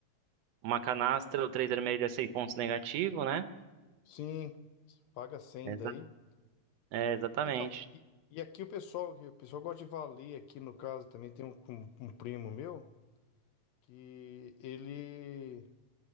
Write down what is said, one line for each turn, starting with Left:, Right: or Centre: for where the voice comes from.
Right: uma canastra, o 3 vermelho é 100 pontos negativo, né?
Left: Sim, você paga 100
Right: Exa-
Left: daí.
Right: é, exatamente.
Left: Então, e, e aqui o pessoal, o pessoal gosta de valer aqui no caso também tem um, um- um primo meu que ele